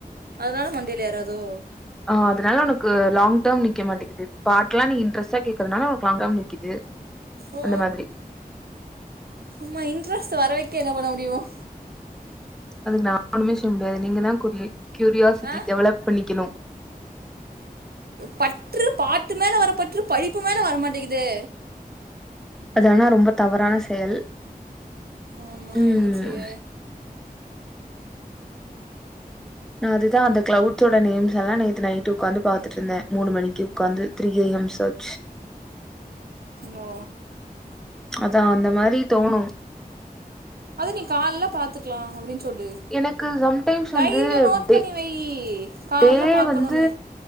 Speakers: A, on the right (about 80°); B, in the centre.
A: அதனால மண்டைல ஏராதோ
B: ஆ அதனால உனக்கு லாங் டேர்ம் நிக்க மாட்டேங்குது பாக்கலாம் நீ இன்டரஸ்டா கேக்குறனால உனக்கு லாங் டேம் நிக்குது
A: ஓ
B: அந்த மாதிரி
A: சும்மா இன்ட்ரெஸ்ட் வரவைக்க என்ன பண்ண முடியும்
B: அதுக்கு நான் ஒண்ணுமே சொல்ல முடியாது நீங்க தான் கு கியூரியாசிட்டி
A: ஆ
B: டெவலப் பண்ணிக்கணும்
A: பற்று பாட்டு மேல வர பற்று படிப்பு மேலே வரமாட்டேங்குதே
B: அதானா ரொம்ப தவறான செயல்
A: ஆமா
B: ம்
A: என்ன செய்ய
B: நான் அதுதான் அந்த கிளவுட்ஸோட நேம்ஸ் எல்லாம் நேத்து நைட் உட்காந்து பாத்துட்டுந்தேன் மூணு மணிக்கு உட்காந்து திரி ஏஎம் சார்
A: நோ
B: அதான் அந்த மாரி தோணும்
A: அது நீ கால்ல பார்த்துக்கலாம் அப்டின்னு சொல்லு
B: எனக்கு சம்டைம்ஸ்
A: டைரியில
B: வந்து
A: நோட்
B: டே
A: பண்ணி வய் கால்ல
B: டே
A: பார்க்கணும்னு
B: வந்து